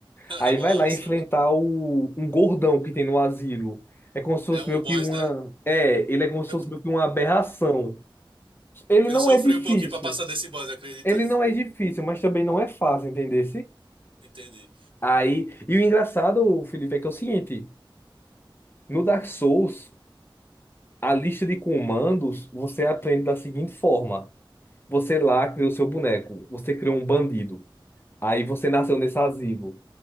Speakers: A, on the right; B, on the left.
A: <laughs>
B: Aí
A: Uma
B: vai
A: laúça.
B: lá enfrentar o... um gordão que tem no asilo. É como se fosse
A: É um
B: meio
A: boss,
B: que uma.
A: né?
B: É, ele é como se
A: Eu,
B: fosse meio que uma aberração. Ele
A: eu
B: não
A: sofri
B: é difícil.
A: um pouquinho pra passar desse boss, acredita?
B: Ele não é difícil, mas também não é fácil, entender?
A: Entendi.
B: Aí, e o engraçado, Felipe, é que é o seguinte, no Dark Souls, a lista de comandos você aprende da seguinte forma. Você lá cria o seu boneco, você cria um bandido. Aí você nasceu nesse asilo.